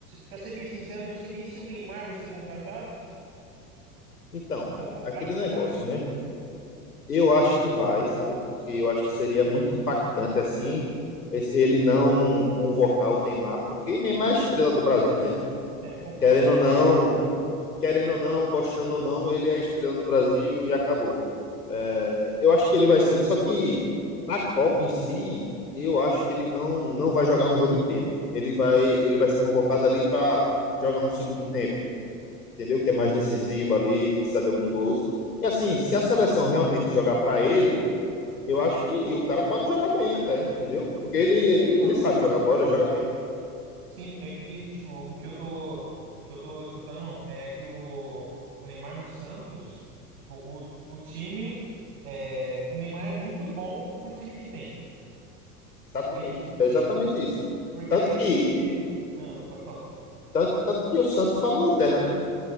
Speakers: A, on the right; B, on the left.
A: pra ser bem sincero, eu não sei nem se o Neymar vai ser contratado,
B: Então, cara,
A: convocado,
B: aquele
A: no
B: negócio,
A: caso.
B: né? Eu acho que vai, sabe? Porque eu acho que seria muito
A: Não,
B: impactante assim esse- ele não convocar o Neymar, porque Neymar é a estrela do Brasil, né?
A: é, concordo.
B: Querendo ou
A: Con...
B: não, querendo ou não, gostando ou não, ele é a estrela do Brasil e acabou. É, eu acho que ele vai sim, só que na Copa em si, eu acho que ele não não vai jogar um jogo inteiro. Ele vai ele vai ser convocado ali para jogar um segundo tempo, entendeu? Que é mais decisivo ali, precisar de alguns gols. E assim, se a seleção realmente jogar para ele eu acho que o cara pode jogar bem até, entendeu? Porque ele, ele,
A: Aham.
B: ele sabe jogar bola, ele joga bem.
A: Sim, é que, tipo, o que eu tô, que eu tô escutando é que o, o Neymar no Santos, tipo, o, o time, é, o Neymar é muito bom pro time que tem.
B: Exatamente.
A: Meio que, tipo assim,
B: É exatamente isso.
A: porque
B: Tanto
A: ele,
B: que,
A: ele, ah, pode falar.
B: tanto, tanto que o Santos tá na lanterna, né?